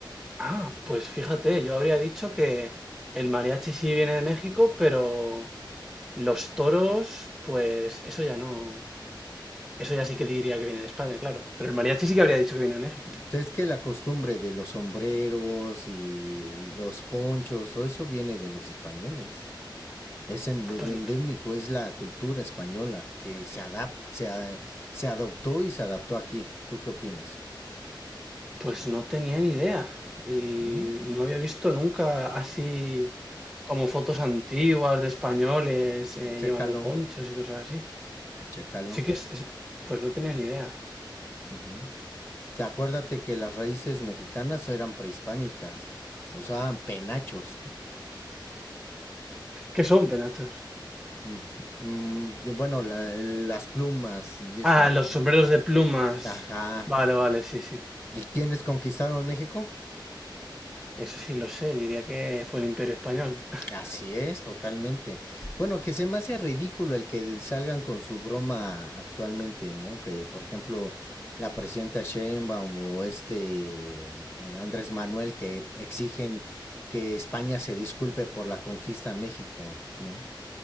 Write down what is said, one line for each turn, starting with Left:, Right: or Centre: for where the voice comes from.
Centre: Ah, pues fíjate, yo habría dicho que el mariachi sí viene de México, pero los toros, pues eso ya no. Eso ya sí que diría que viene de España, claro. Pero el mariachi sí que habría dicho que viene de México.
Left: Es que la costumbre de los sombreros y los ponchos, todo eso viene de los españoles. Es ende-
Centre: Ah, Pues
Left: endémico, es la cultura española que se adap- se, a- se adoptó y se adaptó aquí. ¿Tú qué opinas?
Centre: Pues no tenía ni idea y
Left: Mm,
Centre: no había visto nunca así como fotos antiguas de españoles eh,
Left: Chécalo,
Centre: llevando ponchos y cosas así.
Left: chécalo.
Centre: Sí que es, es- pues no tenía ni idea.
Left: Ujú. Te Acuérdate que las raíces mexicanas eran prehispánicas, usaban penachos.
Centre: ¿Qué son penachos?
Left: Mm, mm, y bueno, la- las plumas y eso.
Centre: Ah, los
Left: ¿no?
Centre: sombreros de plumas.
Left: Ajá.
Centre: Vale, vale, sí, sí.
Left: ¿Y quiénes conquistaron México?
Centre: Eso sí lo sé, diría que fue el Imperio Español. <laughs>
Left: Así es, totalmente. Bueno, que se me hace ridículo el que salgan con su broma actualmente, ¿no? Que, por ejemplo, la presidenta Sheinbaum o este eh, Andrés Manuel que exigen que España se disculpe por la conquista a México, ¿no?